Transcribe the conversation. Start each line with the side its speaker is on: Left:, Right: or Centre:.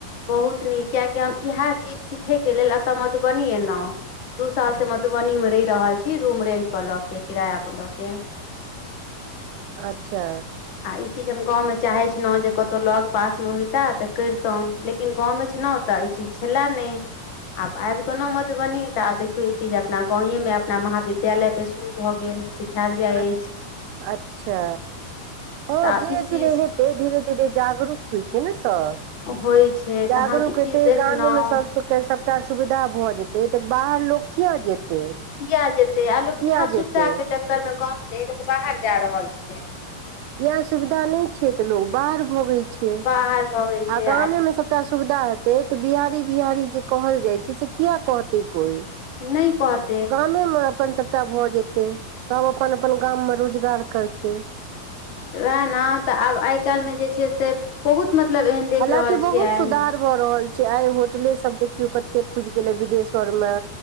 Left: बहुत नीक कियकि हम इएह चीज सिखे के लेल एतऽ मधुबनी एलौं दू सालसँ मधुबनीमे रहि रहल छी रूम रेंट पर लऽ के किराय पर लऽ के
Right: अच्छा
Left: आ ई चीज हम गाँवमे चाहैत छलहुँ जे कतहु लग पास मे होइते तऽ करितहुँ लेकिन लेकिन गाँव मे छेलौं ओतय ई चीज छलए नहि आब आबि गेलौं मधुबनी तऽ आब देखियौ ई चीज अपना गाँवेमे अपना महाविद्यालय पर शुरू भऽ गेल सिखायल जाइत
Right: अ-
Left: अछि
Right: अच्छा हँ
Left: तऽ आब
Right: धीनेे
Left: ई चीज
Right: धीरे हैत धीरे धीरे जागरूक होइ छै ने सब
Left: होइ छै
Right: जागरूक
Left: तऽ हम ई
Right: होेते
Left: चीज देखलहुँ
Right: गाममे सबसँ ऐते सबटा सुविधा भऽ जेतै तऽ बाहर लोग किये जेतै
Left: किये जेते आ लोग
Right: किया
Left: ईहे सुविधा
Right: जेतै
Left: के चक्कर मे गाँंव से लोक बाहर जा रहल छै
Right: इएह सुविधा नहि छै तऽ लोग बाहर भगैय छै
Left: बाहर भगै छै
Right: आ गामेमे सब एकटा सुविधा हेते तऽ बिहारी बिहारी जे कहल जाय छै से किया कहते कोइ
Left: नहि कहत
Right: गामेमे अपन सभटा भऽ जेतै सभ अपन अपन गाममे रोजगार करतै
Left: वएह ने तऽ आब आइ काल्हि मे जे छै से बहुत मतलब एहन देख
Right: हालाकि
Left: रहल
Right: बहुत
Left: छियनि
Right: सुधार भऽ रहल छै आइ होटले सब देखियौ कते खुजि गेलै विदेशवर मे